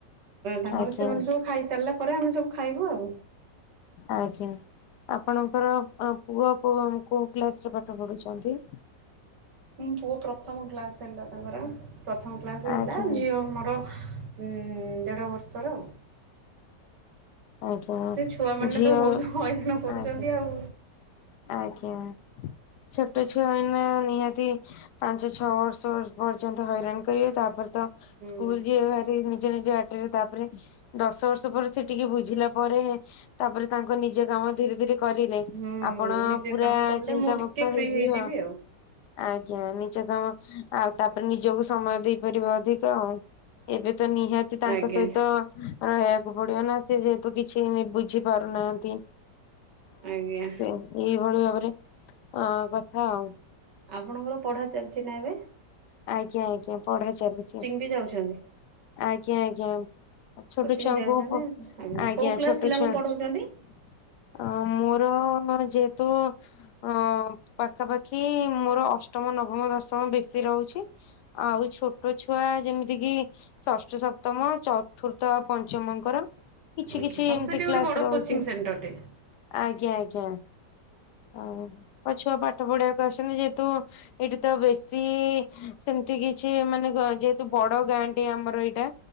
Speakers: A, on the right; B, on the left.
A: ତାଙ୍କର
B: ଆଜ୍ଞା
A: ସେମାନେ ସବୁ ଖାଇସାରିଲା ପରେ ଆମେ ସବୁ ଖାଇବୁ ଆଉ।
B: ଆଜ୍ଞା। ଆପଣଙ୍କର ଅ ପୁଅ କୋଉ କୋଉ କ୍ଲାସ ରେ ପାଠ ପଢୁଛନ୍ତି?
A: ହଁ ପୁଅ ପ୍ରଥମ ଗ୍ଲାସ ହେଲା ତାଙ୍କର ପ୍ରଥମ କ୍ଲାସ ହେଲା
B: ଆଜ୍ଞା
A: ଝିଅ ମୋର ଦେଢ଼ ବର୍ଷର ଆଉ।
B: ଆଜ୍ଞା
A: ସେ ଛୁଆ ମାନେ
B: ଝିଅ
A: ତ ବହୁତ ହଇରାଣ କରୁଛନ୍ତି
B: ଆଜ୍ଞା।
A: ଆଉ।
B: ଆଜ୍ଞା ଛୋଟ ଛୁଆ ମାନେ ନିହାତି ପାଞ୍ଚ ଛଅ ବର୍ଷ ପର୍ଯ୍ୟନ୍ତ ହଇରାଣ କରିବେ ତାପରେ ତ
A: ହୁଁ।
B: ସ୍କୁଲ ଯିବେ ଭାରି ନିଜ ନିଜ ବାଟରେ ତାପରେ ଦଶ ବର୍ଷ ପରେ ସେ ଟିକେ ବୁଝିଲା ପରେ ତାପରେ ତାଙ୍କ ନିଜ କାମ ଧୀରେ ଧୀରେ କରିଲେ
A: ହୁଁ
B: ଆପଣ
A: ନିଜେ
B: ପୁରା
A: କାମ କଲେ
B: ଚିନ୍ତାମୁକ୍ତ
A: ମୁଁ ଟିକେ ଫ୍ରି
B: ହେଇଯିବେ
A: ହେଇଯିବି
B: ଆଉ। ଆଜ୍ଞା ନିଜେ କଣ ଆଉ ତାପରେ ନିଜକୁ ସମୟ ଦେଇପାରିବ ଅଧିକ ଆଉ ଏବେ ତ ନିହାତି ତାଙ୍କ
A: ଆଜ୍ଞା
B: ସହିତ ରହିବାକୁ ପଡିବ ନା ସେ ଯେହେତୁ କିଛି ବୁଝି ପାରୁନାହାନ୍ତି।
A: ଆଜ୍ଞା।
B: ଏଇଭଳିଆ ଭାବରେ ଅ କଥା ଆଉ।
A: ଆପଣଙ୍କର ପଢ଼ା ଚାଲିଛି ନା ଏବେ?
B: ଆଜ୍ଞା ଆଜ୍ଞା ପଢା ଚାଲିଛି।
A: ନିଜେ ଯାଉଛନ୍ତି।
B: ଆଜ୍ଞା ଆଜ୍ଞା। ଛୋଟ
A: କୋଚିଂ
B: ଛୁଆଙ୍କୁ
A: ଯାଉଛନ୍ତି
B: ପୁ ଆଜ୍ଞା
A: କୋଉ କ୍ଲାସ
B: ଛୋଟ
A: ପିଲାଙ୍କୁ
B: ଛୁଆ ଅ
A: ପଢଉଛନ୍ତି?
B: ମୋର ମାନେ ଯେହେତୁ ଆଁ ପାଖାପାଖି ମୋର ଅଷ୍ଟମ ନବମ ଦଶମ ବେଶୀ ରହୁଛି। ଆଉ ଛୋଟ ଛୁଆ ଯେମିତି କିି ଷଷ୍ଠ ସପ୍ତମ ଚତୁର୍ଥ ପଞ୍ଚମଙ୍କର କିଛି
A: ଆଜ୍ଞା
B: କିଛି
A: ତମର
B: ଏମତି
A: ସେଠି ଗୋଟେ
B: କ୍ଲାସ
A: ବଡ
B: ରହୁଛି।
A: କୋଚିଂ ସେଣ୍ଟରଟେ
B: ଆଜ୍ଞା ଆଜ୍ଞା ଆଉ
A: ହୁଁ।
B: ମୋ ଛୁଆ ପାଠ ପଢିବାକୁ ଆସୁଛନ୍ତି ଯେହେତୁ ଏଇଠି ତ ବେଶୀ ସେମିତି କିଛି ମାନେ ଯେହେତୁ ବଡ ଗାଁ ଏ ଆମର ଏଇଟା।